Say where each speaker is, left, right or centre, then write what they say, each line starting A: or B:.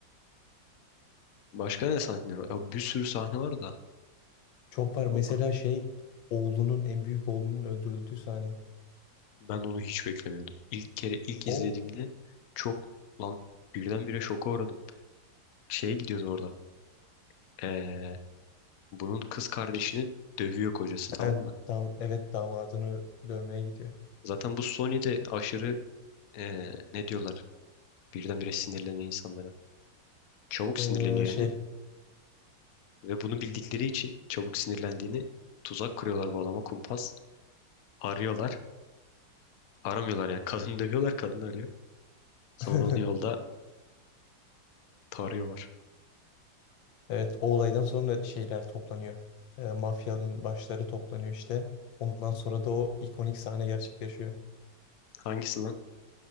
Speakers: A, on the left; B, on the left.
A: Başka ne sahneler var? Ya bir sürü sahne var da.
B: Çok var. Mesela
A: Valla
B: şey oğlunun en büyük oğlunun öldürüldüğü sahne.
A: ben onu hiç beklemiyordum. İlk kere ilk
B: O
A: izlediğimde çok lan birdenbire şoka uğradım. Şeye gidiyordu orada. ee, bunun kız kardeşini
B: Ş-
A: dövüyor kocası tamam
B: yani
A: mı?
B: dam- evet damadını dövmeye gidiyor.
A: Zaten bu Sony de aşırı ee, ne diyorlar? Birdenbire sinirlenen insanlara. Çabuk
B: Ee,
A: sinirleniyor
B: şey
A: yani. Ve bunu bildikleri için çabuk sinirlendiğini tuzak kuruyorlar bu adama kumpas. Arıyorlar. Aramıyorlar yani. Kadını dövüyorlar. Kadını arıyor. Sonra
B: <laughs>
A: onu yolda tarıyorlar.
B: evet o olaydan sonra şeyler toplanıyor. Ee, mafyanın başları toplanıyor işte. Ondan sonra da o ikonik sahne gerçekleşiyor.
A: Hangisi lan?